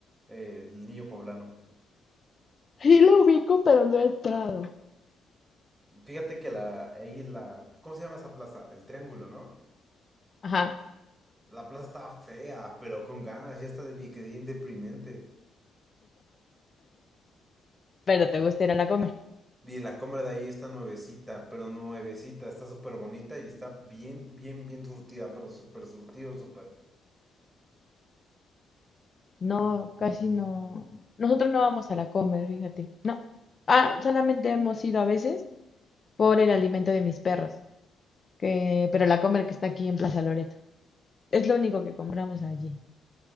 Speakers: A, on the right; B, on the left.
A: eh, El Niño Poblano.
B: Sí la ubico, pero no he entrado.
A: Fíjate que la, ahí la... ¿Cómo se llama esa plaza? El Triángulo, ¿no?
B: Ajá,
A: La plaza está fea, pero con ganas, ya está de que bien deprimente.
B: pero te gusta ir a la Comer.
A: Y la compra de ahí está nuevecita, pero nuevecita, está súper bonita y está bien, bien, bien surtida, pero súper surtido el súper.
B: No, casi no. Nosotros no vamos a la Comer, fíjate. No. Ah, solamente hemos ido a veces por el alimento de mis perros, que, pero la Comer que está aquí en Plaza Loreto. Es lo único que compramos allí.